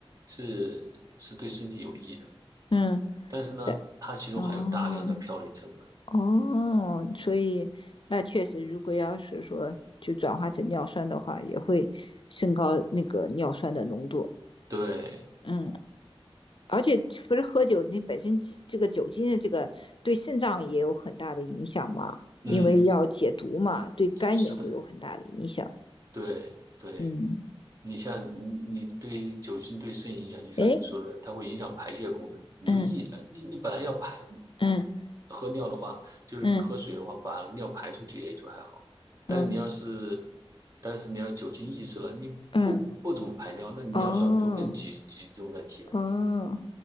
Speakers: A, on the right (about 35°); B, on the left (about 55°).
A: 是是对身体有益的。
B: 嗯，
A: 但是呢，
B: 对，
A: 它其中含有大量的嘌呤成分。
B: 哦哦，所以那确实，如果要是说就转化成尿酸的话，也会升高那个尿酸的浓度。
A: 对，
B: 嗯。而且不是喝酒，你本身这个酒精的这个对肾脏也有很大的影响嘛，因为要解毒嘛，
A: 嗯，
B: 对肝也会有很大的影响。
A: 是的，对对。
B: 嗯，
A: 你像你你对酒精对肾影响，就像你说的，
B: 哎，
A: 它会影响排泄功能。你就一你你本来要排
B: 嗯嗯
A: 喝尿的话，就是你喝水的话，
B: 嗯
A: 把尿排出去也就还好。但你要是
B: 嗯
A: 但是你要酒精抑制了，你不不怎么排尿，
B: 嗯，
A: 那你尿酸就更集集中在体内了。
B: 哦哦，